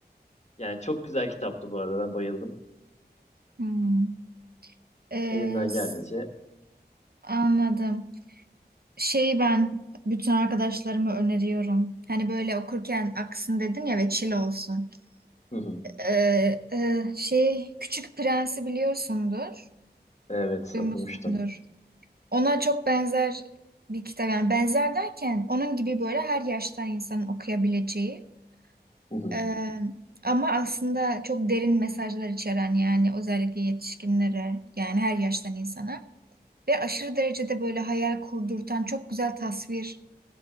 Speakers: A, on the left; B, on the right.
A: yani çok güzel kitaptı bu arada. Ben bayıldım.
B: Hmm. Ee,
A: Elimden
B: s-
A: geldiğince.
B: anladım. Şeyi ben bütün arkadaşlarıma öneriyorum. Hani böyle okurken aksın dedin ya ve chill olsun.
A: Hı hı.
B: Ee, e, şey Küçük Prens'i biliyorsundur.
A: Evet
B: Duymuşsundur.
A: okumuştum.
B: Ona çok benzer bir kitap yani benzer derken onun gibi böyle her yaştan insanın okuyabileceği
A: <laughs>
B: eee, ama aslında çok derin mesajlar içeren yani özellikle yetişkinlere yani her yaştan insana ve aşırı derecede böyle hayal kurdurtan çok güzel tasvir